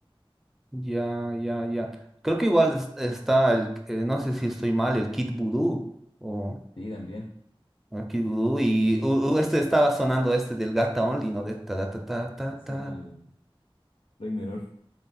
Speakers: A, in the centre; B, on the left (about 65°).
A: ya, ya, ya. Creo que igual es- está el, eh, no sé si estoy mal, el Kid Voodoo o,
B: Sí, también.
A: o el Kid Voodoo y u-
B: Sí,
A: u, este estaba sonando este del Gata Only, ¿no? De ta ta ta ta ta.
B: sí
A: ta.
B: el Floyd Menor.